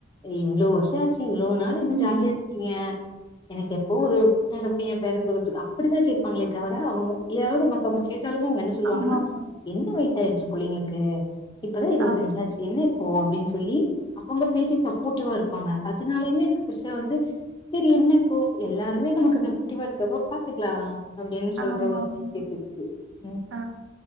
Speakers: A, on the left; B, on the right.
A: இவ்ளோ வருஷோ ஆச்சு இவ்ளோ நாள் என்ன
B: ம்.
A: ஜாலியாருக்கீங்க எனக்கு எப்போ ஒரு பேரப்பையே பேர <unintelligible> அப்படிதே கேப்பாங்களே தவர அவங்க யாராவது மத்தவங்க கேட்டாலுமே அவங்க என்ன சொல்லுவாங்கனா
B: ஆமாமா.
A: என்ன வயசு ஆயிடுச்சு புள்ளைங்களுக்கு இப்பதா இருவத்தஞ்சாச்சு
B: அ,
A: என்ன இப்போ அப்டின் சொல்லி அவங்க பேசி சப்போட்டிவாருப்பாங்க அதனாலயுமே எனக்கு பெருசா வந்து செரி என்ன இப்போ எல்லாருமே நமக்கு சப்போட்டிவா இருக்கப்போ பாத்துக்லா அப்டின் சொல்ற
B: ஆமாமா.
A: ஒரு மைண்ட்செட் இருக்கு ம்
B: ஆ.